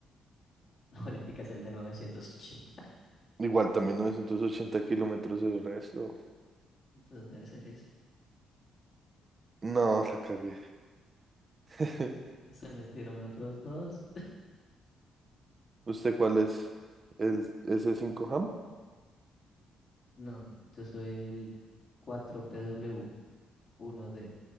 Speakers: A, on the left; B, on the right.
A: <laughs> Ahorita es el de 980.
B: Igual también 980 kilómetros el resto.
A: Entonces debe ser ese.
B: No, la cagué. <laughs>
A: Se le dieron otros dos.
B: ¿Usted cuál es? el ese cinco Ham?
A: No, yo soy el cuatro P W uno d